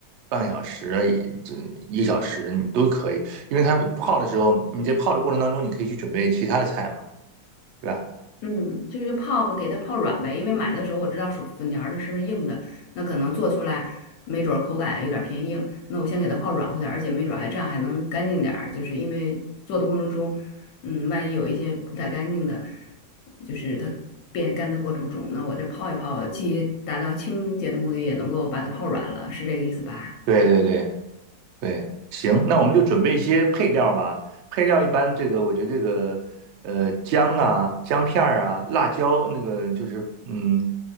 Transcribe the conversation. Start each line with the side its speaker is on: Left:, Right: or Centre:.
Right: 半个小时，一这一个小时你都可以，因为它泡的时候，你在泡的过程当中，你可以去准备其他的菜嘛。对吧？
Left: 嗯，就是泡给它泡软呗，因为买的时候我知道薯粉条儿的是硬的，那可能做出来没准儿口感有点儿偏硬，那我先给它泡软乎点儿，而且没准儿还这样还能干净点儿，就是因为做的过程中，嗯，万一有一些不太干净的，就是它变干的过程中，那我这泡一泡，既达到清洁的目的，也能够把它泡软了，是这个意思吧？
Right: 对对对对，行，那我们就准备一些配料吧。配料一般，这个我觉得这个呃姜啊、姜片儿啊、辣椒，那个就是嗯